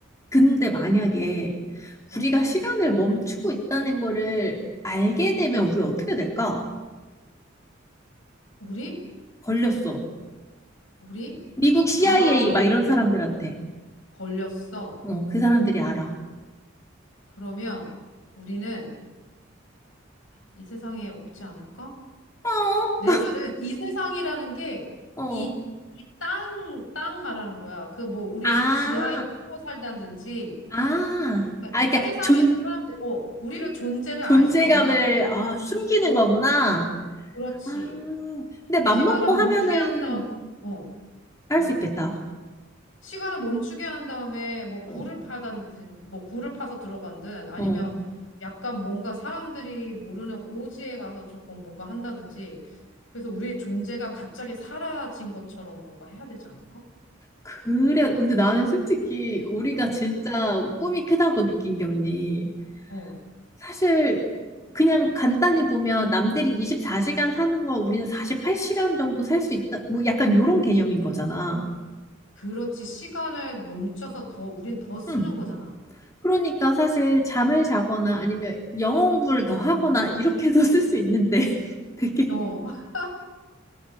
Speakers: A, on the left; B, on the left.
A: 근데 만약에
B: 어,
A: 우리가 시간을 멈추고 있다는 거를 알게 되면 우리 어떻게 될까?
B: 우리?
A: 걸렸어.
B: 우리?
A: 미국 CIA
B: 아마
A: 막 이런 사람들한테.
B: 걸렸어.
A: 어, 그 사람들이 알아.
B: 그러면 우리는 이 세상에 없지 않을까?
A: 어,
B: 내 말은 이 세상이라는 게
A: 어.
B: 이, 이 땅, 땅 말하는 거야. 그 뭐 우리
A: 아,
B: 지하에 숨어 살다든지
A: 아.
B: 그러니까
A: 아,
B: 이 세상에서
A: 그러니까 존,
B: 사람들, 이 어, 우리를 존재를
A: 존재감을
B: 알 수 없는 곳에 우리가,
A: 아, 숨기는
B: 어,
A: 거구나.
B: 그렇지.
A: 아, 근데 맘먹고
B: 시간을 멈추게
A: 하면은
B: 한 다음, 어,
A: 할
B: 뭐.
A: 수 있겠다.
B: 시간을 멈추게 한 다음에 뭐
A: 어,
B: 굴을 파든, 뭐 굴을 파서 들어간든 아니면
A: 어.
B: 약간 뭔가 사람들이 모르는 오지에 가서 조금 뭐가 한다든지 그래서 우리의 존재가 갑자기 사라진 것처럼 뭔가 해야 되지 않을까?
A: 그래. 근데 나는 솔직히 우리가 진짜
B: 어,
A: 꿈이 크다고 느낀 게 언니.
B: 어.
A: 사실 그냥 간단히 보면 남들이 24시간 사는 걸 우리는 48시간 정도 살 수 있다. 뭐 약간 요런 개념인 거잖아.
B: 그렇지. 시간을 멈춰서 더, 우린 더 쓰는
A: 음.
B: 거잖아.
A: 그러니까 사실 잠을 자거나 아니면 영어 공부를 더 하거나 이렇게도 쓸 수 있는데 <laughs> 되게
B: 어, <laughs>